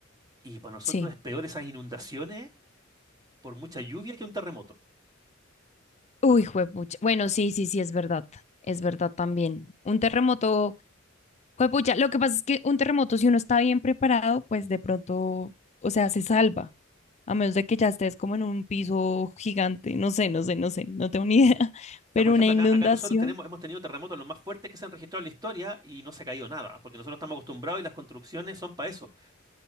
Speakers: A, on the right; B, on the left.
A: Y para nosotros
B: Sí.
A: es peor esas inundaciones por mucha lluvia que un terremoto. O
B: Uy, juepucha. Bueno, sí, sí, sí, es verdad. Es verdad también. Un terremoto Juepucha, lo que pasa es que un terremoto, si uno está bien preparado, pues de pronto, o sea, se salva. A menos de que ya estés como en un piso gigante, no sé, no sé, no sé, no tengo ni idea. <laughs>
A: sea,
B: Pero
A: por ejemplo,
B: una inundación,
A: acá, acá nosotros tenemos, hemos tenido terremotos los más fuertes que se han registrado en la historia y no se ha caído nada, porque nosotros estamos acostumbrados y las construcciones son para eso.